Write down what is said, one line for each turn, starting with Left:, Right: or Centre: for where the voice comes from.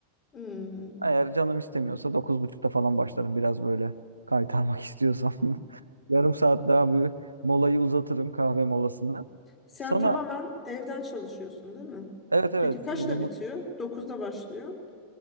Left: Hmm.
Right: Eğer canım istemiyorsa dokuz buçukta falan başlarım biraz böyle kaytarmak istiyorsam. <laughs> Yarım saat daha bir molayı uzatırım kahve molasını.
Left: Sen
Right: Sana
Left: tamamen evden çalışıyorsun, değil mi?
Right: evet evet
Left: Peki kaçta
Right: remote
Left: bitiyor? Dokuzda başlıyor.